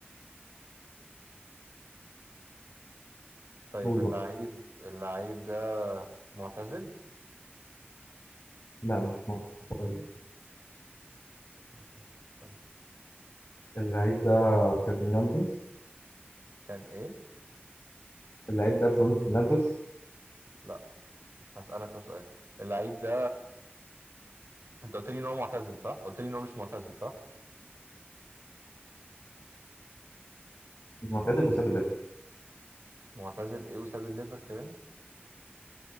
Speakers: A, on the right; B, on the left.
A: طيب
B: قول
A: اللعيب
B: بقى
A: اللعيب ده معتزل
B: لا مش معترض
A: معتزل طيب
B: اللعيب ده فرنانديز
A: كان ايه
B: اللعيب ده برونو فرنانديز
A: لا هسألك ده سؤال اللعيب ده انت قلت لي ان هو معتزل صح قلت لي ان هو مش معتزل صح
B: معتزل وساب الليفر
A: معتزل ايه وساب الليفر كمان